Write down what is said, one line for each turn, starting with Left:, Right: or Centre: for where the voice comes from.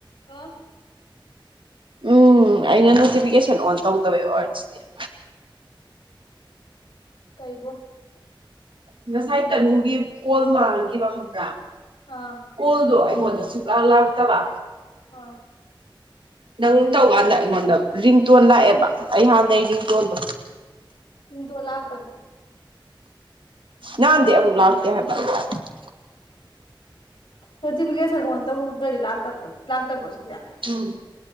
Left: ꯑꯣ
Right: ꯎꯝ ꯑꯩꯅ ꯅꯣꯇꯤꯐꯤꯀꯦꯁꯟ ꯑꯣꯟ ꯇꯧꯗꯕꯩ ꯑꯣꯏꯔꯝꯅꯤ-
Left: ꯀꯩꯕꯨ
Right: ꯉꯁꯥꯏ ꯇꯅꯨꯒꯤ ꯄꯣꯜ ꯃꯥꯡꯈꯤꯕ ꯈꯪꯕ꯭ꯔꯥ
Left: ꯑꯥ
Right: ꯀꯣꯜꯗꯣ ꯑꯩ ꯀꯣꯟꯗ ꯁꯨꯛꯂꯥꯡ ꯂꯥꯛꯇꯕ
Left: ꯑꯥ
Right: ꯅꯪ ꯇꯧꯀꯥꯟꯗ ꯑꯩꯉꯣꯟꯗ ꯔꯤꯡꯇꯣꯟ ꯂꯥꯛꯑꯦꯕ ꯑꯩꯍꯥꯟꯗꯩ ꯔꯤꯡꯇꯣꯟꯗꯣ
Left: ꯗꯣꯂꯥꯄꯟ
Right: ꯅꯥꯟꯗꯦ ꯑꯃꯨꯛ ꯂꯥꯛꯇꯦ ꯍꯥꯏꯕ- <unintelligible>
Left: ꯅꯣꯇꯤꯐꯤꯀꯦꯁꯟ ꯑꯣꯟ ꯇꯧꯗ꯭ꯔꯗꯤ ꯂꯥꯛꯇꯕ ꯂꯥꯛꯇꯕꯁꯨ
Right: ꯎꯝ